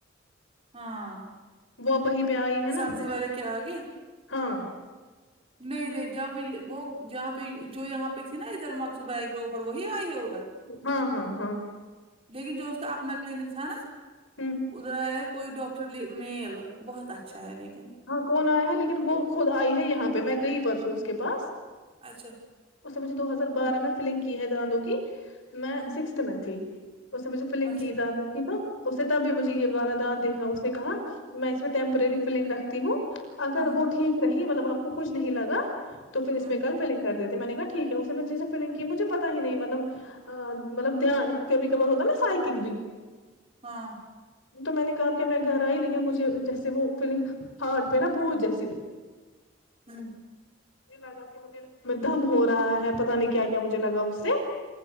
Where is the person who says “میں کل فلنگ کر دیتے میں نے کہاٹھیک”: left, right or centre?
Left